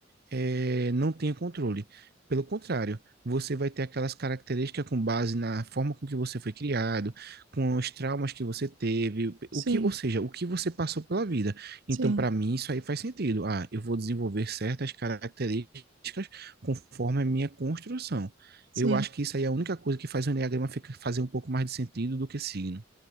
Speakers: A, on the right (about 55°); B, on the right (about 85°).
A: eh, não tenha controle. Pelo contrário, você vai ter aquelas características com base na forma com que você foi criado, com os traumas que você teve,
B: sim,
A: o que, ou seja, o que você passou pela vida.
B: sim,
A: Então, para mim, isso aí faz sentido. Ah, eu vou desenvolver certas características conforme a minha construção.
B: sim.
A: Eu acho que isso aí é a única coisa que faz o enneagrama fica- fazer um pouco mais de sentido do que signo.